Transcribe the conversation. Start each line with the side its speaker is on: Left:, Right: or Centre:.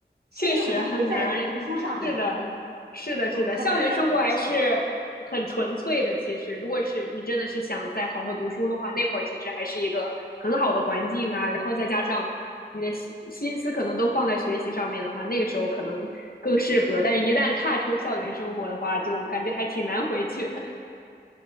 Right: 心就已经不在读书上面了，
Left: 确实很难，是的，是的，
Right: 就很难再回到校园了
Left: 是的，校园生活还是很纯粹的。其实，如果是你真的是想再好好读书的话，那会儿其实还是一个很好的环境啊。然后再加上你的心心思可能都放在学习上面的话，那个时候可能更适合。但是，一旦踏出校园生活的话，就感觉还挺难回去的。